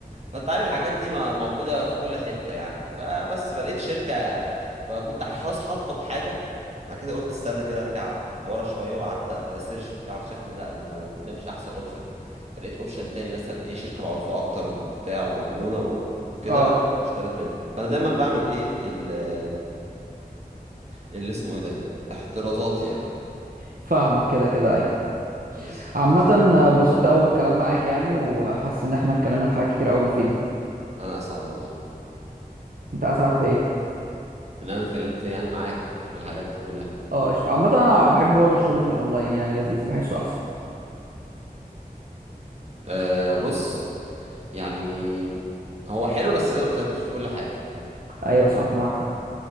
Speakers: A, on the right; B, on the right.
A: فانت عارف الحاجات دي مو- موجودة في كل حتة يعني فبس فلقيت شركة فكنت ح- خلاص هطلب حاجة بعد كده قلت استنى كده ارجع ورا شوية وقعدت اسيرش بتاع اكتشفت ان لا ان لو ده مش احسن اوبشن فلقيت اوبشن تاني مثلا ايه شركة معروفة اكتر وبتاع ومضمونة و- وكده
B: اه
A: واشتريت منها فانا دايما بعمل ايه ال- اللي اسمه ايه ده احترازات يعني
B: فاهمك كده كده ايوه
A: مم. بس
B: عامه
A: بس
B: آه، اتبسطت قوي بالكلام معاك يعني وحاسس ان احنا اتكلمنا في حاجات كتير قوي مفيده
A: انا اسعد والله
B: انت اسعد في ايه
A: ان انا اتكلمت يعني معاك في الح- في الحاجات دي كلها
B: اه قشطه عامه انا بحب برضه الشوبينج الاونلاين يعني لذيذ بحسه احسن
A: أه بص يعني هو حلو بس زي ما قلت لك مش في كل حاجة
B: ايوه صح معاك حق